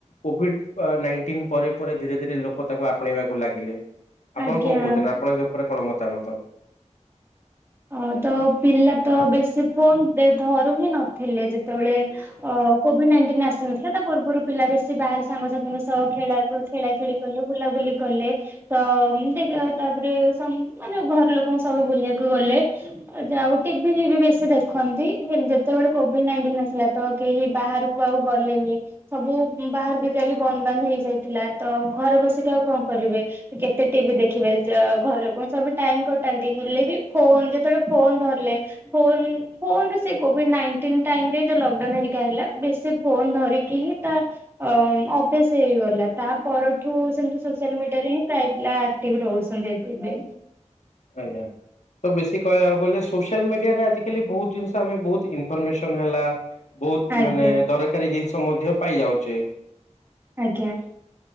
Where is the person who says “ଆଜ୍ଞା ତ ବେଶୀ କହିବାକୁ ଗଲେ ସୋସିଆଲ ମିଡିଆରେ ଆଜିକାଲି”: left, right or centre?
Left